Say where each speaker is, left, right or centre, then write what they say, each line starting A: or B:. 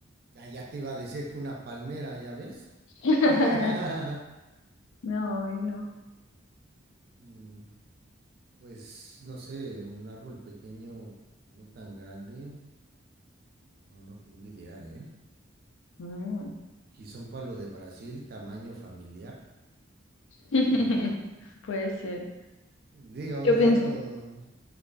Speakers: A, on the right; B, on the left.
A: Ya, ya te iba a decir que una palmera, ¿ya ves?
B: <laughs>
A: <laughs>
B: No, ay, no.
A: Mm, Pues no sé, un árbol pequeño, no tan grande. No, no tengo idea, ¿eh?
B: Mm.
A: Quizá un palo de Brasil, tamaño familiar.
B: <laughs>
A: Mm,
B: Puede ser.
A: Digo,
B: Yo
A: dando...
B: pensé,